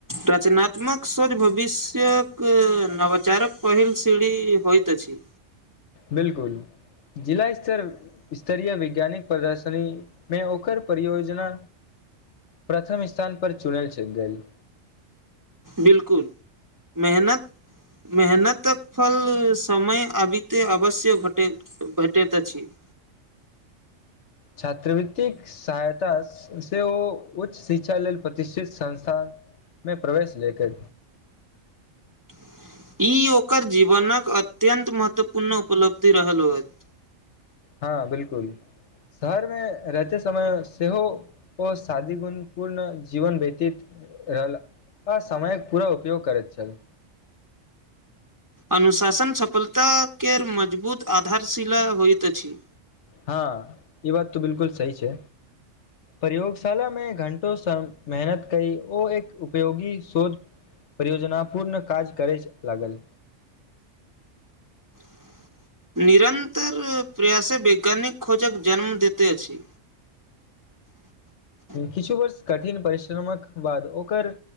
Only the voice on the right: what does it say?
रचनात्मक सोच भविष्यक नवचारक पहिल सीढ़ी होयइत अछि छी
बिलकुल मेहनत मेहनतक फल समय अबिते अवश्य भेट भेटैत अछि <inaudible>
<inaudible> ई ओकर जीवनक अत्यन्त महत्वपूर्ण उपलब्धि रहल होयत
अनुशासन सफलता केर मजबूत आधारशिला होइत अछि
<inaudible> निरन्तर प्रयासे वैज्ञानिक खोजक जन्म दैत अछि <inaudible>